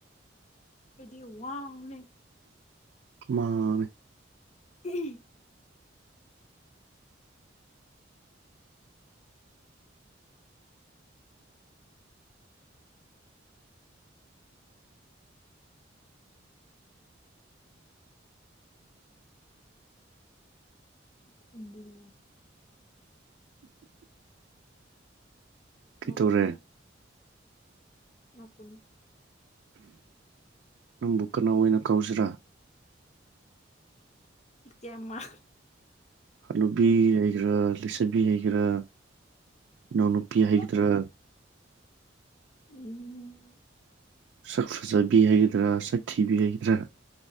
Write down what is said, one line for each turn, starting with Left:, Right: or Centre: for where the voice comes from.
Left: ꯑꯩꯈꯣꯏꯗꯤ ꯋꯥꯡꯅ
Right: ꯃꯥꯅꯦ
Left: ꯎꯝ ꯈꯟꯗ ꯎ
Right: ꯀꯩꯇꯧꯔꯦ
Left: ꯅꯀꯨꯅꯤ
Right: ꯅꯪꯕꯨ ꯀꯅꯥ ꯑꯣꯏꯅ ꯀꯧꯁꯤꯔꯥ
Left: ꯏꯃ
Right: ꯍꯅꯨꯕꯤ ꯍꯩꯒꯦꯔꯥ ꯂꯩꯁꯕꯤ ꯍꯩꯒꯦꯔꯥ ꯏꯅꯥꯎꯅꯨꯄꯤ
Left: ꯑꯍꯥ
Right: ꯍꯩꯒꯗꯔꯥ
Left: ꯎꯝ
Right: ꯁꯛ ꯐꯖꯕꯤ ꯍꯥꯏꯒꯗ꯭ꯔꯥ ꯁꯛ ꯊꯤꯕꯤ ꯍꯥꯏꯒꯗ꯭ꯔꯥ